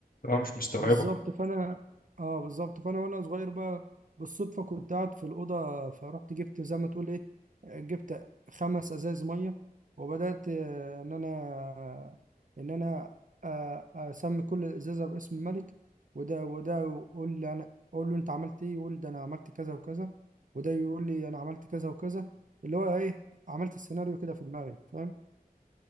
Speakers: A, on the left; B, on the right.
A: هو مش مستوعبه
B: بالظبط فانا اه بالظبط فانا وانا صغير بقى بالصدفه كنت قاعد في الاوضه فرحت جبت زي ما تقول ايه جبت خمس ازايز ميه وبدات آه، ان انا ان انا آه، اسمي كل ازازه باسم الملك وده وده يقول لي انا اقول له انت عملت ايه يقول ده انا عملت كذا وكذا وده يقول لي انا عملت كذا وكذا اللي هو ايه عملت السيناريو كده في دماغي فاهم